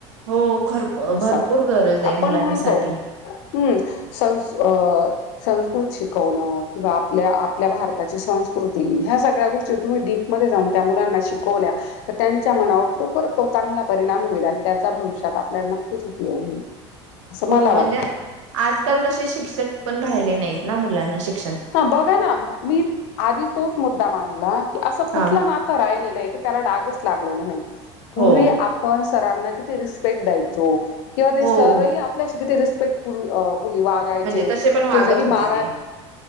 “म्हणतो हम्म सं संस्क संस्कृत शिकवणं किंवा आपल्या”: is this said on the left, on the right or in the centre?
Left